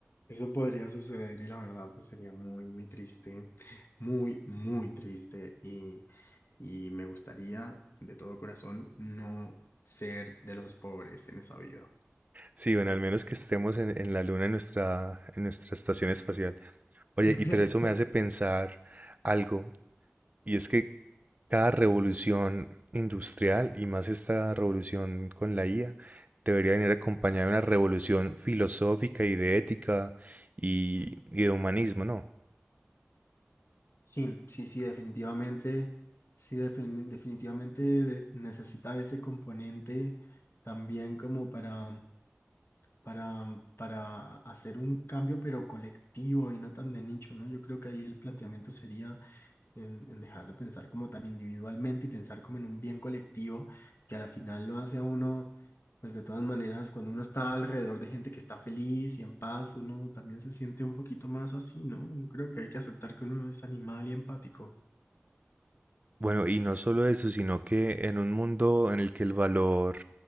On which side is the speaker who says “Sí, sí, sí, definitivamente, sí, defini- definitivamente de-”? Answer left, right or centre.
Left